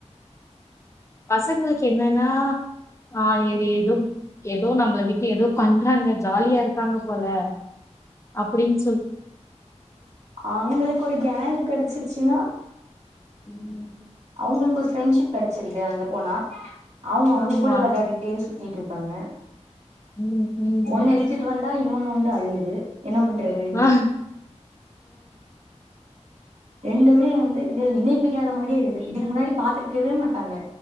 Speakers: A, on the left; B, on the right.
A: பசங்குளுக் என்னெனா ஆ இது ஏதோம் ஏதோ நம்பள விட்டு ஏதோப் பண் றாங்கே ஜாலியா இர்க்காங்கே போலே அப்பிடின்
B: அவுங்குளுக் ஒரு கேங்கூ கெடச்சிரிச்சினா
A: ம்
B: உங்குளுக் ஒரு ஃப்ரெண்ட்ஷிப் கெடர்ச்சிர்து அங்கே போனா அவுங்கே அவுங்கே
A: ஆமா
B: கூட வெளாடிகிட்டே சுத்தீக்கிட் காங்கே
A: ம் ம்
B: ஒண்ணே இழ்த்திட் வந்தா இன்னோனூ ஃப்ண்டோ அழுது என்ன பண்றது
A: ஆ
B: ரெண்டுமே வந்து இது இணைப்பிரியாத மாரியே இகுது இதுக் முன்னாடி பாத்திர்க்கவே மாட்டாங்கே